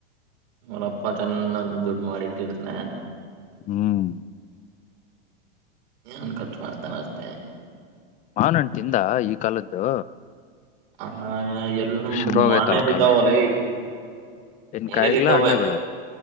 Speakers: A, on the right; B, on the left.
A: ಅವರಪ್ಪ ಚೆನ್ನಾಗ ದುಡ್ ಮಾಡಿಟ್ಟಿರ್ತಾನೆ.
B: ಹ್ಮ್
A: ನ್ ಕ ಚಮಾರ ತನಾಶತೆ <unintelligible>
B: ಮಾವಿನ ಹಣ್ಣು ತಿಂದಾ ಈ ಕಾಲದ್ದು
A: ಹ ಎಲ್ಲೂ
B: ಶುರು ಆಗೈತಲ್ಲ
A: ಮನೇಲಿ
B: ಕಾಲ
A: ಇದ್ದಾವಲ್ಲೈ
B: ಏನ್
A: ಮನೇಲಿ
B: ಕಾಯಿಗಳ
A: ಇದ್ದಾವೆ
B: ಹಣ್ಣುಗಳ